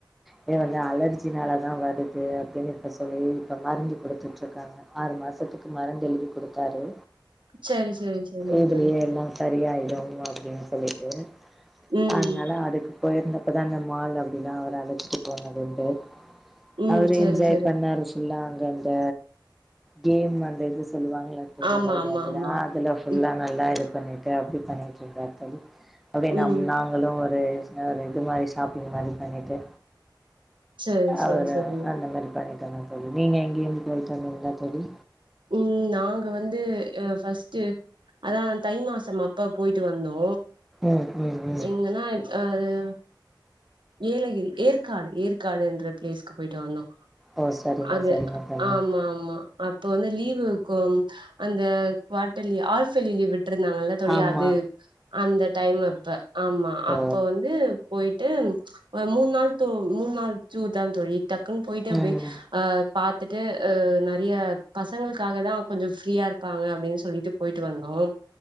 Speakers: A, in the centre; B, on the right (about 80°).
A: இத வந்து அலர்ஜினாலதா வருது அப்டினு இப்ப சொல்லி இப்ப மருந்து குடுத்துட்ருக்காங்க ஆறு மாசத்துக்கு மருத்து எழுதி குடுத்தாரு
B: சரி சரி சரிங்க
A: இதுலியே
B: தோழி
A: எல்லா சரியாய்டு அப்டினு சொல்லிட்டு
B: ம்
A: அதனால அதுக்கு போயிருந்தப்பதா இந்த மால் அப்டிலா அவர அழச்சிட்டு போனதுண்டு
B: ம்
A: அவரு
B: சரி
A: என்ஜாய்
B: சரி
A: பண்ணாரு ஃபுல்லா அங்க அந்த கேம் அந்த இது சொல்லுவாங்ல புளைங்க
B: ஆமா
A: வெளையாட்டுதா
B: ஆமா ஆமா
A: அதுலப் ஃபுல்லா
B: ம்
A: நல்லா இதுப் பண்ணிட்டு அப்டி பண்ணிட்ருந்தார் தோழி அப்டி நம்
B: ம்
A: நாங் களு ஒரு சின்ன இது மாரி ஷாப்பிங் மாரிப் பண்ணிட்டு
B: சரி சரி
A: அவரு
B: சரி
A: அந்த மாரி பண்ணிட்டு வந்தோந் தோழி நீங்க எங்கியும் போய்ட்டு வந்திங்ளா தோழி
B: ம் நாங்க வந்து அ ஃபர்ஸ்டு அதா தை மாசம் அப்போ போயிட்டு வந்தோ
A: ம் ம் ம்
B: எங்கனாயிம் ஆரு ஏலகிரி ஏற்காடு ஏற்காடுன்ற பிளேஸ்க்கு போயிட்டு வந்தோ
A: ஓ சரிங்க
B: அது
A: சரிங்க தோழி
B: ஆமா மா அப்போ வந்து லீவு இக்கும் அந்த குவாட்டெலி ஆல்ஃபெலி லீவ் விட்ருந்தாங்கல்லட் தோழி
A: ஆமா
B: அது அந்த டைம் அப்ப ஆமா
A: ஓ
B: அப்ப வந்து போயிட்டு அ மூன் நாள் தூம் மூன் நாள் சூர்தாந் தோழி டக்குன் போயிட்டு அபே
A: ம்
B: அ பாத்துட்டு அ நெறய பசங்கிள்க்காகதா கொஞ்சோ ஃப்ரீயா இருப்பாங்க அப்டினு சொல்லிட்டுப் போயிட்டு வந்தோம்